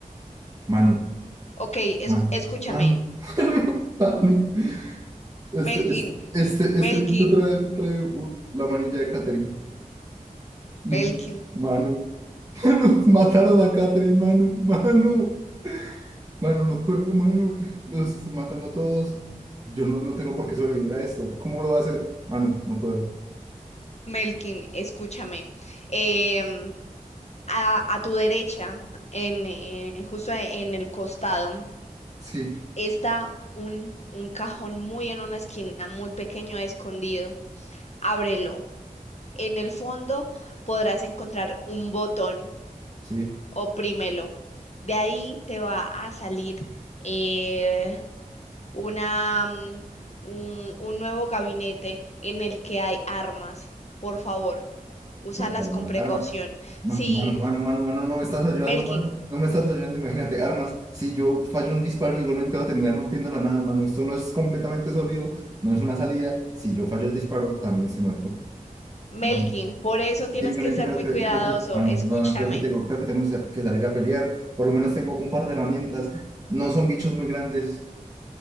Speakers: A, on the right; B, on the left.
A: Manu,
B: Ok, es-
A: Manu,
B: escúchame.
A: Manu, <laughs> Manu. Este,
B: Melkin,
A: este, este, este
B: Melkin,
A: bicho trae, trae uh, la manilla de Catherine. Manu,
B: Melkin,
A: Manu, <laughs> Manu, mataron a Catherine, Manu, Manu, Manu, no puedo, Manu, nos están matando a todos. Yo no, no tengo por qué sobrevivir a esto. ¿Cómo lo va a hacer? Manu, no puedo.
B: Melkin, escúchame. Em, a, a tu derecha, en, en- justo en el costado.
A: Sí,
B: Está un, un cajón muy en una esquina, muy pequeño, escondido. Ábrelo. En el fondo podrás encontrar un botón.
A: sí.
B: Oprímelo. De ahí te va a salir eh, una, mm, un, un nuevo gabinete en el que hay armas. Por favor, úsalas
A: Arma,
B: con precaución.
A: arma. Mano,
B: Sí,
A: mano, mano, mano, mano, no me estás ayudando,
B: Melkin,
A: mano. No me estás ayudando, imagínate, armas. Si yo fallo un disparo, igualmente voy a terminar rompiendo la nave, mano. Esto no es completamente sólido, no es una salida. Si yo fallo el disparo, también estoy muerto.
B: Melkin,
A: Mano,
B: por eso tienes
A: simplemente
B: que ser
A: creo
B: muy
A: que,
B: cuidadoso.
A: creo que, mano,
B: Escúchame.
A: no, no, creo que tengo, creo que tengo que salir a pelear. Por lo menos tengo un par de herramientas. No son bichos muy grandes